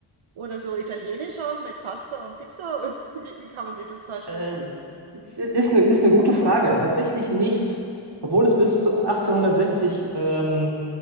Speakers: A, on the right; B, on the right.
A: oder so italienisch auch mit Pasta und Pizza? <laughs> Oder Wie, wie kann man sich das vorstellen?
B: äh, ist eine, ist eine gute Frage. Tatsächlich nicht, obwohl es bis zu 1860 ähm,